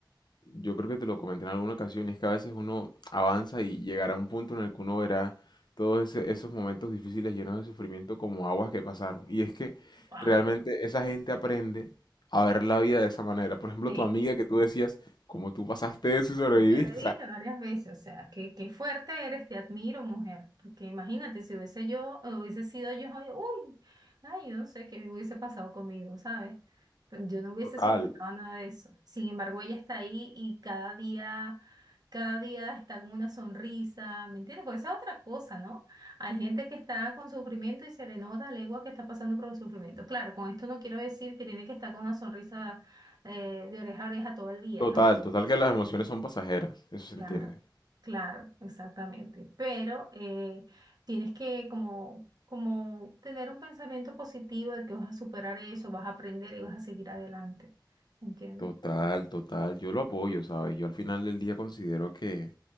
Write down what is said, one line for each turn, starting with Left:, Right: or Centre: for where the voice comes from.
Left: Yo creo que te lo comenté en alguna ocasión, y es que a veces uno avanza y llegará a un punto en el que uno verá todos ese- esos momentos difíciles llenos de sufrimiento como aguas que pasaron. Y es que
Right: wow,
Left: realmente esa gente aprende a ver la vida de esa manera. Por ejemplo,
Right: sí.
Left: tu amiga que tú decías, como tú pasaste eso y sobreviviste.
Right: Yo le dije
Left: O sea,
Right: varias veces, o sea, que qué fuerte eres, te admiro, mujer, porque imagínate si hubiese yo, hubiese sido yo, ay, uy, ay, yo no sé qué hubiese pasado conmigo, ¿sabes? Pero yo no hubiese
Left: total,
Right: soportado nada de eso. Sin embargo, ella está ahí y cada día, cada día está con una sonrisa, ¿me entiendes? Porque esa es otra cosa, ¿no? Hay gente que está con sufrimiento y se le nota a legua que está pasando por un sufrimiento. Claro, con esto no quiero decir que tiene que estar con una sonrisa eh, de oreja a oreja todo el día,
Left: total,
Right: ¿no?
Left: total que las emociones son pasajeras, eso se
Right: Claro,
Left: entiende.
Right: claro, exactamente. Pero eh, tienes que como, como tener un pensamiento positivo de que vas a superar eso, vas a aprender y vas a seguir adelante. ¿Entiendes?
Left: Total, total. Yo lo apoyo, ¿sabes? Yo al final del día considero que